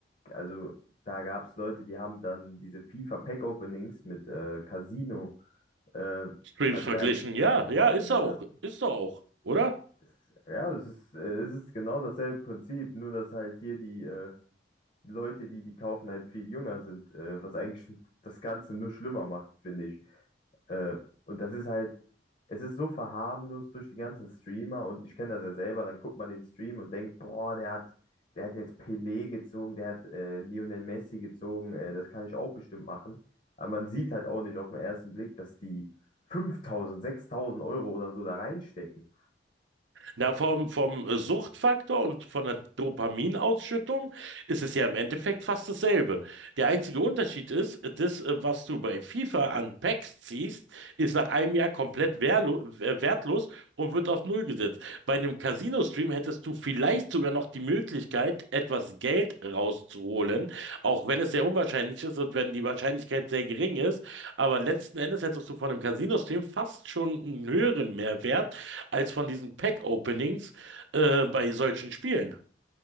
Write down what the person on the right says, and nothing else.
Streams
verglichen. Ja, ja,
ist
er auch. Ist doch auch, oder?
Na, vom, vom äh, Suchtfaktor und von der Dopaminausschüttung ist es ja im Endeffekt fast dasselbe. Der einzige Unterschied ist, äh, das, äh, was du bei FIFA an Packs ziehst, ist nach einem Jahr komplett wehrlo äh, wertlos und wird auf Null gesetzt. Bei einem Casino-Stream hättest du vielleicht sogar noch die Möglichkeit, etwas Geld rauszuholen, auch wenn es sehr unwahrscheinlich ist und wenn die Wahrscheinlichkeit sehr gering ist. Aber letzten Endes hättest du von einem Casino-Stream fast schon einen höheren Mehrwert als von diesen Pack-Openings äh, bei solchen Spielen.